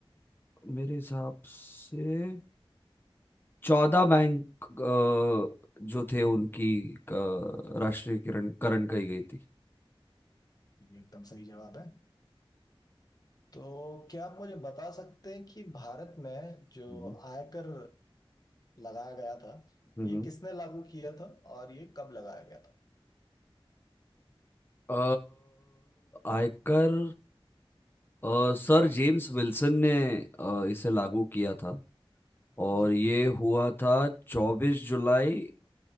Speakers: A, on the left (about 20°); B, on the left (about 40°).
A: मेरे हिसाब से चौदह बैंक अ, जो थे उनकी अ, राष्ट्रीयकरण करण कही गई थी
B: ये एकदम सही जवाब है तो क्या आप मुझे बता सकते हैं कि भारत में जो
A: हम्म,
B: आयकर लगाया गया था
A: हम्म।
B: ये किसने लागू किया था और ये कब लगाया गया था
A: अ, आयकर अ, सर जेम्स विल्सन ने अ, इसे लागू किया था और
B: जी
A: ये हुआ था चौबीस जुलाई